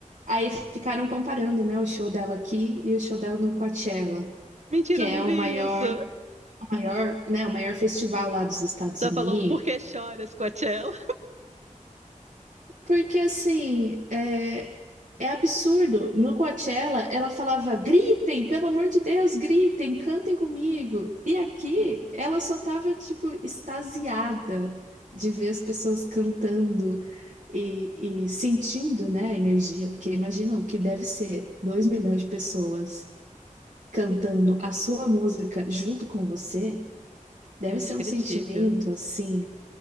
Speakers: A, on the right; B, on the right.
A: aí ficaram comparando, né, o show dela aqui e o show dela no Coachella,
B: Mentira,
A: que é
B: eu não
A: o
B: vi
A: maior,
B: isso.
A: o maior, né, o maior festival lá dos Estados
B: Só
A: Unidos
B: falou, por que choras, Coachella?
A: Porque assim, é, é absurdo. No Coachella, ela falava: gritem, pelo amor de Deus, gritem, cantem comigo. E aqui, ela só tava, tipo, extasiada de ver as pessoas cantando e, e sentindo, né, a energia. Porque imagina o que deve ser 2 milhões de pessoas cantando a sua música junto com você. Deve
B: Indescritível.
A: ser um sentimento, assim,